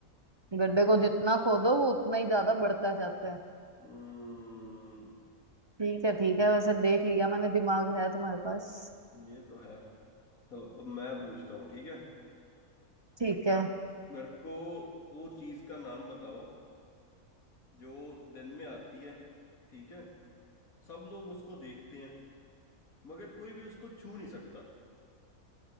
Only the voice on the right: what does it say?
गड्ढे को जितना खोदो वो उतना ही ज्यादा बढ़ता जाता है
ठीक है ठीक है वैसे देख लिया मैंने दिमाग है तुम्हारे पास
ठीक है